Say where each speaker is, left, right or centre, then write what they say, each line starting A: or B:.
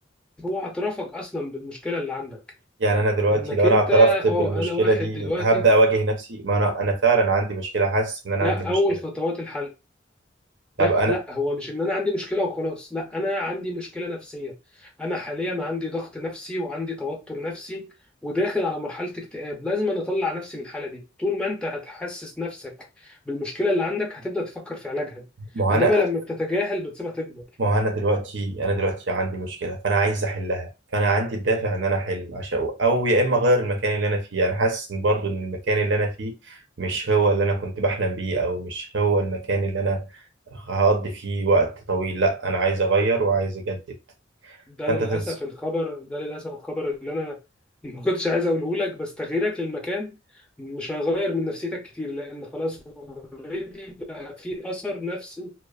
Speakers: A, in the centre; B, on the right (about 70°).
A: هو اعترافك اصلا بالمشكله اللي عندك
B: يعني انا دلوقتي
A: انك
B: لو انا
A: انت
B: اعترفت بالمشكله
A: اه انا واحد
B: دي
A: دلوقتي
B: هبدا اواجه نفسي ما انا انا فعلا عندي مشكله حاسس ان انا
A: ده
B: عندي
A: اول
B: مشكله
A: خطوات الحل ده
B: طب انا
A: لا هو مش ان انا عندي مشكله وخلاص لا انا عندي مشكله نفسيه انا حاليا عندي ضغط نفسي وعندي توتر نفسي وداخل على مرحله اكتئاب لازم أنا اطلع نفسي من الحاله دي طول ما انت هتحسس نفسك بالمشكله اللي عندك هتبدا تفكر في علاجها
B: ما هو
A: انما
B: انا
A: لما بتتجاهل بتسيبها تكبر
B: ما هو انا دلوقتي انا دلوقتي عندي مشكله فانا عايز احلها فانا عندي الدافع ان انا احل عشان او يا اما اغير المكان اللي انا فيه انا حاسس ان برضو ان المكان اللي انا فيه مش هو اللي انا كنت بحلم بيه او مش هو المكان اللي انا هقضي فيه وقت طويل لا انا عايز اغير وعايز اجدد
A: ده
B: فانت
A: للاسف
B: تنس
A: الخبر ده للاسف الخبر اللي انا ما كنتش عايز اقوله لك بس تغييرك للمكان مش هيغير من نفسيتك كتير لان خلاص اوريدي بقى في اثر نفسي